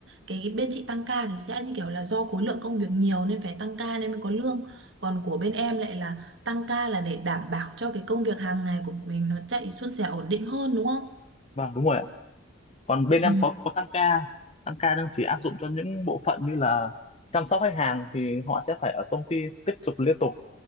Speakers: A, on the right; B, on the left.
A: cái bên chị tăng ca thì sẽ như kiểu là do khối lượng công việc nhiều nên phải tăng ca nên mới có lương. Còn của bên em lại là tăng ca là để đảm bảo cho cái công việc hàng ngày của mình nó chạy suôn sẻ ổn định hơn đúng không?
B: vâng đúng rồi ạ còn bên
A: Ừ.
B: em có có tăng ca tăng ca đang chỉ áp dụng cho những bộ phận như là chăm sóc khách hàng thì họ sẽ phải ở công ty tiếp tục liên tục